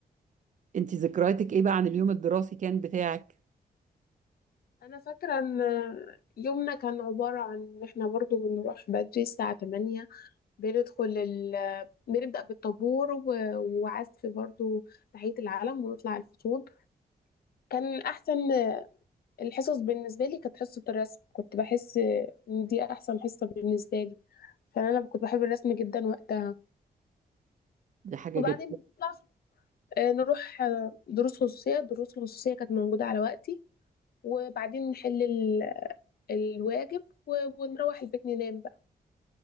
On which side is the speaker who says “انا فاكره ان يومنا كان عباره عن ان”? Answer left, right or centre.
Left